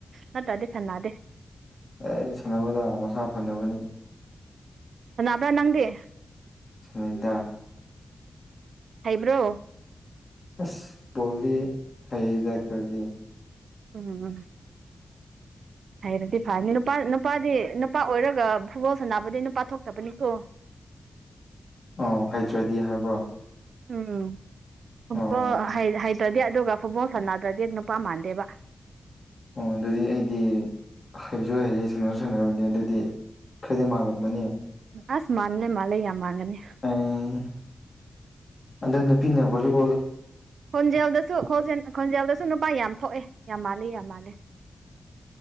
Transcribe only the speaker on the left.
ꯑꯩ ꯁꯥꯟꯅꯕꯗ ꯃꯁꯥ ꯐꯅꯕꯅꯤ
ꯁꯑꯅꯩꯗꯗꯥ
ꯑꯁ ꯕꯣꯜꯗꯤ ꯍꯥꯏꯌꯦꯗꯔ ꯈꯔꯗꯤ
ꯑꯣ ꯍꯩꯇ꯭ꯔꯗꯤ ꯍꯥꯏꯕ꯭ꯔꯣ
ꯑꯣ
ꯑꯣ ꯑꯗꯨꯗꯤ ꯑꯩꯗꯤ ꯍꯩꯁꯨ ꯍꯩꯌꯦ ꯁꯥꯟꯅꯁꯨ ꯁꯥꯟꯅꯕꯅꯦ ꯑꯗꯨꯗꯤ ꯈꯗꯤ ꯃꯥꯜꯂꯛꯃꯅꯤ
ꯑꯩ ꯑꯗꯣ ꯅꯨꯄꯤꯅ ꯚꯣꯂꯤꯕꯣꯜ